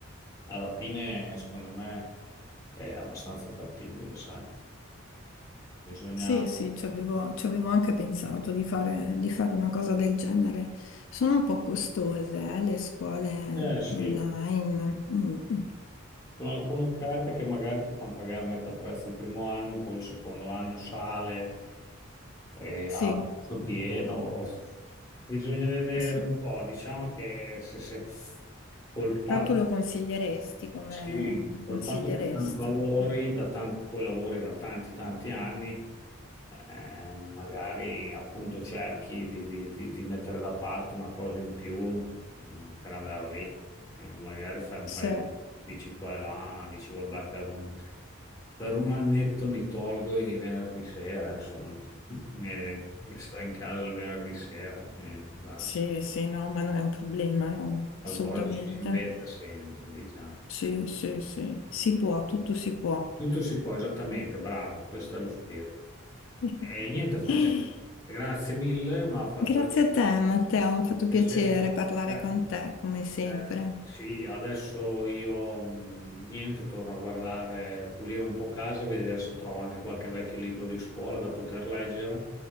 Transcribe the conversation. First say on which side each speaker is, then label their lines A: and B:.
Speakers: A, on the left (about 15°); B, on the left (about 70°).
A: alla fine, secondo me, è abbastanza fattibile, sai. Bisogna...
B: Sì, sì, ci avevo, ci avevo anche pensato di fare, di fare una cosa del genere. Sono un po' costose, eh, le scuole
A: Eh sì,
B: online.
A: ci
B: Mm, mm.
A: sono alcune offerte che magari ti fanno pagare metà prezzo il primo anno, poi il secondo anno sale eh,
B: Sì,
A: a prezzo pieno. Bisogna vedere
B: sì.
A: un po', diciamo che se, se col
B: Però
A: fatto
B: tu lo consiglieresti come
A: Sì,
B: lo
A: col
B: consiglieresti?
A: fatto che tanto lavori
B: Mm.
A: da tan- poi lavori da tanti tanti anni, eh, magari appunto cerchi di, di- di- di mettere da parte una cosa in più mh, per andare lì. Eh, magari fai un
B: Sì,
A: paio di sacrifici qua e là, dici vabbè, per un, per un annetto mi tolgo i venerdì sera, insomma, <laughs> e, e sto in casa il venerdì sera e basta.
B: sì, sì, no, ma non è un problema, no,
A: Qualcosa
B: assolutamente.
A: ci si inventa sempre, diciamo.
B: Sì, sì, sì, si può, tutto si può.
A: Tutto si può, esattamente, bravo, questo è lo spirito.
B: <laughs>
A: E niente, Francesco, grazie mille, ma ha fatto
B: Grazie
A: veramente
B: a te, Matteo, mi ha fatto
A: piacere.
B: piacere parlare
A: Eh,
B: con te, come sempre.
A: eh, sì, adesso io mh, niente, torno a guardare, a pulire un po' casa, a vedere se trovo anche qualche vecchio libro di scuola da poter leggere